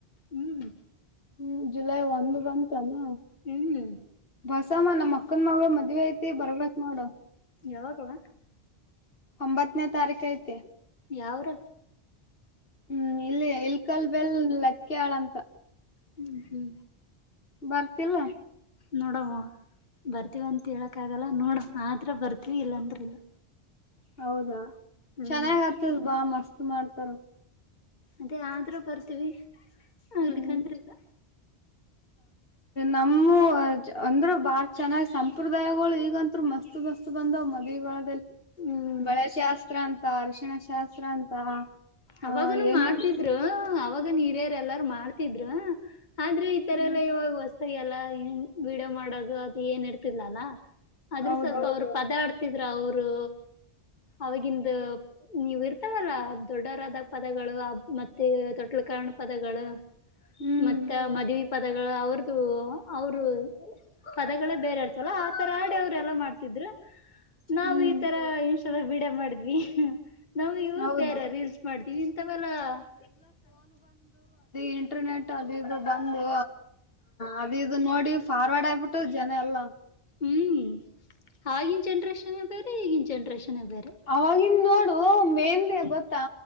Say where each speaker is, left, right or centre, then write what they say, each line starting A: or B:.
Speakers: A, on the left (about 45°); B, on the left (about 60°).
A: ಹ್ಮ್
B: ಹ್ಮ್ ಜುಲೈ ಒಂದು್ ಬಂತಾನ
A: ಹ್ಮ್
B: ಬಸ ಮನ ಮಕ್ಕ ಚಕಂದ ಮ ಮದ್ವೆ ಐತಿ ಬರ್ಬೇಕಕ್ ನೋ
A: ಯಾವಾಗವ
B: ಒಂಬತ್ತನೇ ತಾರೀಖ ಐತೆ
A: ಯಾವರು
B: ಹ್ಮ್ ಇಲ್ಲಿ ಇಲ್ ಕಾಲ್ ಬೆಲ್ ಲಕ್ಕ ಆಾಳ ಅಂತ..
A: ಹ್ಮ ಹ್ಮ್..
B: ಬರ್ತಿಲ್ಲ.
A: ನೋಡುವ.. ಬರ್ತಿವ ಅಂತ ಹೇಳಕ್ ಆಗಲ್ಲ ನೋಡ ಆದ್ರ ಬರ್ತಿವಿ ಇಲ್ಲಾಂದ್ರ ಇಲ್ಲ..
B: ಹೌದಾ
A: ಹ್ಮ್
B: ಚೆನ್ನಾಗ್ ಆಗ್ತದ ಬಾ ಮಸ್ತ್ ಮಾಡ್ತಾರ..
A: ಅದೇ ಆದ್ರೂ ಬರ್ತೀವಿ.. ಆಗ್ಲಿಕ್ಕಂದ್ರ
B: ಹ್ಮ್.
A: ಇಲ್ಲ
B: ನಮ್ಮ ಅಂದ್ರ ಬಾಳ್ ಚೆನ್ನಾಗಿ ಸಂಪ್ರದಾಯಗಳು ಈಗಂತರು ಮಸ್ತ ಮಸ್ತ್ಬಂದ ಮದಿಗಳ..
A: ಹ್ಮ್
B: ಬಳೆಶಾಸ್ತ್ರ ಅಂತ ಅರಶಿಣ ಶಾಸ್ತ್ರ ಅಂತ.. ಹ
A: ಅವಾಗನುೂ
B: ಏನೇನ್
A: ಮಾಡ್ತಿದ್ರು ಅವಾಗ ನೀರ್ಯಾರ್ ಎಲ್ಲಾರು ಮಾಡ್ತಿದ್ರು.. ಆದ್ರೆ ಈ ತರ
B: ಹ್ಮ್
A: ಎಲ್ಲ ಇವಾಗ ಹೊಸಾಗಿ ಎಲ್ಲ ಏನ್ ಬಿಡೋ ಮಾಡೋದು ಅದು ಏನ್ ಇರ್ತಿಲ್ಲ ಅಲ್ಲ.. ಆದ್ರ
B: ಹೌದು
A: ಸ್ವಲ್ಪ ಅವ್ರರು ಪದಾ ಆಡ್ತ.. ಇದ್ರ ಅವರು ಅವಗಂದ ನೀವು ಇರ್ತಾವಲ್ಲ.. ದೊಡ್ಡರಾದ ಪದಗಳು ಮತ್ತೆ ತೊಟ್ಲು ಕಾರ್ಣ ಪದಗಳು..
B: ಹ್ಮ್
A: ಮತ್ತ ಮದುವೆ.. ಪದಗಳು ಅವ್ರದುು ಅವರು ಪದಗಳೇ ಬೇರೆ ಇರ್ತವಲ್ಲ ಆತರ ಆಡಿ ಅವರು ಎಲ್ಲ ಮಾಡ್ತಿದ್ರು.. ನಾವು
B: ಹ್ಮ್
A: ಈ ತರ ಇಂಷದ ಬಿಡ ಮಾಡಿದ್ವಿ ನಾವ ಇವು
B: ಹೌದು
A: ಬೇರೆ.. <unintelligible> ರೀಲ್ಸ್ ಮಾಡ್ದೀವಿ ಇಂತವಲ್ಲ..
B: ಇಂಟನೆಟ್ ಆಗಿದೆ.. ಬಂದು ಅದು ಇದು ನೋಡಿ ಫಾರ್ವರ್ಡ್ ಆಗ್ಬಿಟ್ಟು ಜನ ಎಲ್ಲ..
A: ಹ್ಮ್ ಆಗಿನ ಜನ್ರೇಷನ್ ಬೇರೆ ಈಗಿನ ಜನ್ರೇಷನ್.. ಬೇರೆ.
B: ಅವವಾಗಿನ್ ನೋಡು ಮೇಂದೆ ಗೊತ್ತಾ